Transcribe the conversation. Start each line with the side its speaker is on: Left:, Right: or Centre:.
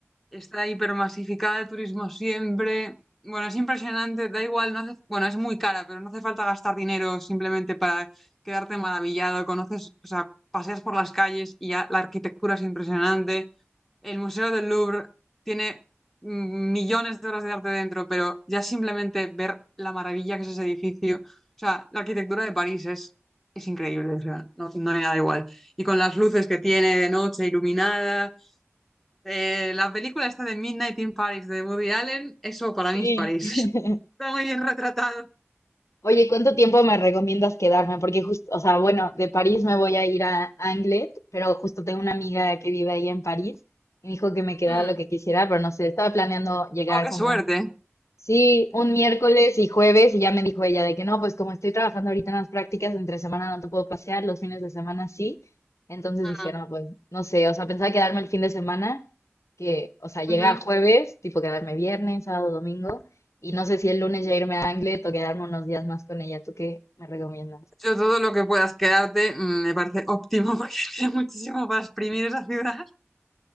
Centre: está hipermasificada de turismo siempre. Bueno, es impresionante, da igual, no hace- bueno, es muy cara, pero no hace falta gastar dinero simplemente para quedarte maravillado. Conoces, o sea, paseas por las calles y ya la arquitectura es impresionante. El Museo del Louvre tiene mm, millones de horas de arte dentro, pero ya simplemente ver la maravilla que es ese edificio, o sea, la arquitectura de París es, es increíble, o sea, no, no hay nada igual. Y con las luces que tiene de noche iluminada eh, la película esta de Midnight in Paris de Woody Allen, eso para mí
Left: Sí.
Centre: es París.
Left: <laughs>
Centre: <laughs> Está muy bien retratado.
Left: Oye, ¿cuánto tiempo me recomiendas quedarme? Porque justo, o sea, bueno, de París me voy a ir a Anglet, pero justo tengo una amiga que vive ahí en París y me dijo que me quedara
Centre: Mm.
Left: lo que quisiera, pero no sé, estaba planeando llegar
Centre: Oh, qué
Left: como
Centre: suerte.
Left: Sí, un miércoles y jueves y ya me dijo ella de que no, pues como estoy trabajando ahorita en las prácticas, entre semana no te puedo pasear, los fines de semana sí. Entonces
Centre: <laughs>
Left: dije, no, pues no sé, o sea, pensaba quedarme el fin de semana, que, o sea, llegar
Centre: ujú.
Left: jueves, tipo quedarme viernes, sábado, domingo, y no sé si el lunes ya irme a Anglet o quedarme unos días más con ella. ¿Tú qué me recomiendas?
Centre: Yo todo lo que puedas quedarte mm, me parece óptimo porque <laughs> tiene muchísimo para exprimir esa ciudad.